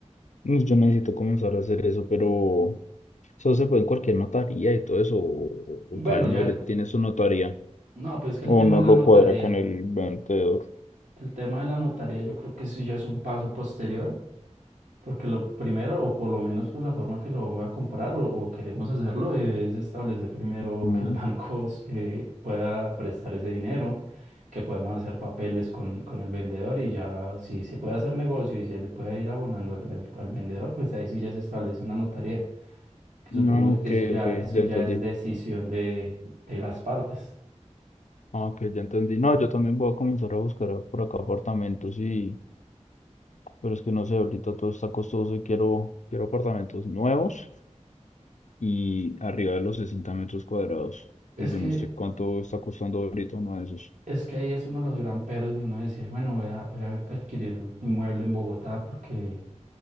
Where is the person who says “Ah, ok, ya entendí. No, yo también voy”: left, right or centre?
Left